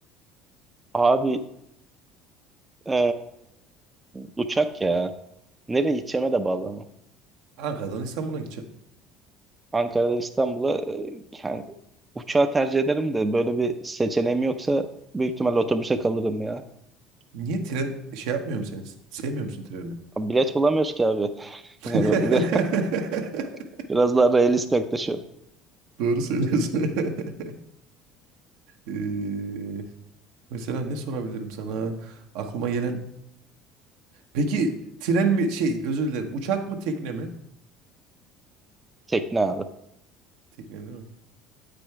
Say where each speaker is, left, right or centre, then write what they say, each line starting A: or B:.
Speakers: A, on the right; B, on the right.
A: Abi e, uçak ya. Nereye gideceğime de bağlı ama.
B: Ankara'dan İstanbul'a gideceğim.
A: Ankara'dan İstanbul'a e, yani uçağı tercih ederim de böyle bir seçeneğim yoksa büyük ihtimal otobüse kalırım ya.
B: Niye tren şey yapmıyor musun seni? Sevmiyor musun treni?
A: Abi bilet bulamıyoruz ki abi. <laughs>
B: <laughs>
A: Yani <laughs> Biraz daha realist yaklaşıyorum.
B: Doğru söylüyorsun. <laughs> Ee, mesela ne sorabilirim sana? Aklıma gelen... Peki tren mi şey özür dilerim uçak mı tekne mi?
A: Tekne abi.
B: Tekne değil mi?